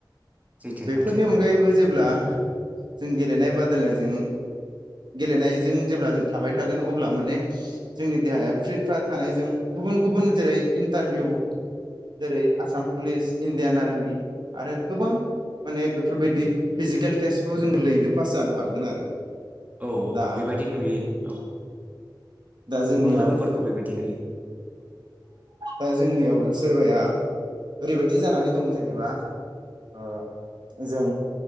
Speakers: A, on the right; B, on the right.
A: सैथो
B: बेफोरनि
A: बाथ्राया
B: अनगायैबो जेब्ला जों गेलेनाय बादायनायजों गेलेनायजों जेब्ला जों थाबाय थागोन अब्ला माने जोंनि देहाया फ्रिट फ्रा थानायजों गुबुन गुबुन जेरै इन्टारभिउ जेरै आसाम पुलिस इण्डियान आर्मि आरो गोबां माने बेफोरबायदि फिजिकेल टेसफ्राव जों गोरलैयैनो पास जानो हागोन आरो।
A: औ
B: दा
A: बेबायदि नुयो औ
B: दा जोंनियाव
A: गोबां लोगोफोरखौ बेबाय दि नुयो
B: दा जोंनियाव सोरबाया ओरैबायदि जानानै दं जेनेबा ओ जों